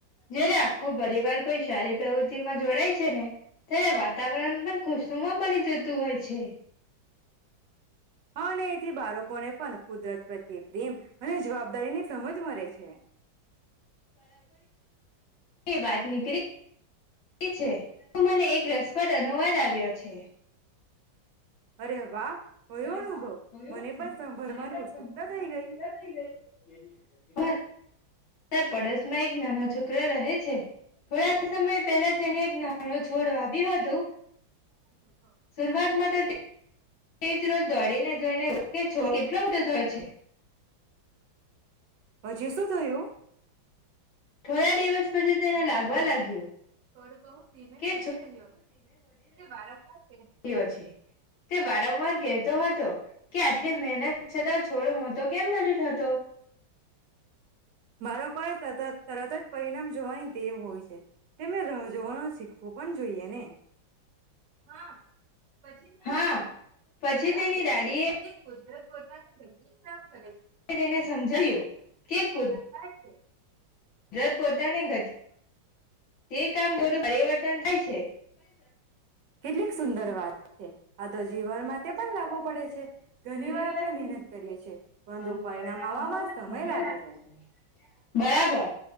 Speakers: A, on the left (about 80°); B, on the right (about 65°).
A: જયારે આખો પરિવાર કોઈ શારી પ્રવૃતિમાં જોડાય છે ને ત્યારે વાતાવરણ પણ ખુશનુમાં બની જતું હોય છે.
B: હા, અને એથી બારકોને પન કુદરત પ્રત્યે પ્રેમ અને જવાબદારીની સમજ મરે છે.
A: તે વાત નીકરી, રી છે, તો મને એક રસપ્રદ અનુવાદ આવ્યો છે.
B: અરે વાહ કયો
A: અરે
B: અનુભવ
A: વાહ! કયો
B: મને
A: અનુભવ
B: પણ સંભળવાની
A: મને પણ
B: ઉત્સુકતા
A: સાંભરવાની
B: થઈ ગઈ
A: <unintelligible> ઉત્સુકતા થઈ ગઈ. <unintelligible> પર, પડોશમાં એક નાનો છોકરો રહે છે. થોડાક સમય પેલા તેને એક ના કડો છોડ વાવ વી વધુ
B: <unintelligible>
A: શરૂઆતમાં તો તે તેજ રોજ દોડીને જોઈને કે છો કેટલો મોટા થયો છે.
B: પછી શું થયું
A: થોડા દિવસ પછી તેને લાગવા લાગ્યું.
B: ઓડુ બહુ ધીમે
A: કે
B: વધી રહ્યો હતો તે વારંવાર
A: કેવો છે તે વારંવાર કહેતો હતો કે આટલી મહેનત છતાં છોડ મોતો કેમ નથી થતો?
B: મારો કયો તત તરત જ પરિણામ જોવાની ટેવ હોય છે. તેમને રાહ જોવાનું શીખવું પન જોઈએ ને. હા પછી તેની
A: હા
B: દાડીએ
A: પછી
B: સમજાવ્યું
A: તેની દાદીએ
B: કે કુદરત પોતાની <unintelligible>
A: મે તેને સમજાયું કે કુદ
B: એતો થાય છે.
A: <unintelligible> જે કામ થોડું પરિવર્તન થાય છે. <unintelligible> બરાબર
B: કેટલીક સુંદર વાત છે. આ તો જીવન માટે પણ લાગુ પડે છે. ઘણી વાર આપણે મહેનત કરીએ છીએ પરંતુ પરિણામ આવવામાં સમય લાગે છે.